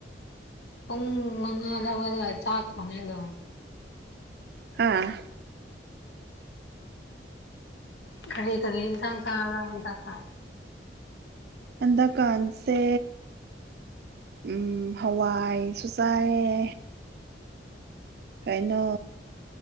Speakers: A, on the left; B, on the right.
A: ꯄꯨꯡ ꯃꯉꯥꯂꯥ ꯍꯧꯒꯠꯂꯦ ꯆꯥꯛꯊꯣꯡꯑꯦ ꯑꯗꯨꯝ
B: ꯑꯥ
A: ꯀꯔꯤ ꯀꯔꯤ ꯍꯤꯟꯖꯥꯡ ꯆꯥꯕ꯭ꯔꯥ ꯍꯟꯗꯛ ꯊꯥ
B: ꯍꯟꯗꯥꯛ ꯀꯥꯟꯁꯦ ꯎ ꯍꯋꯥꯏꯁꯨ ꯆꯥꯏꯌꯦ ꯀꯩꯅꯣ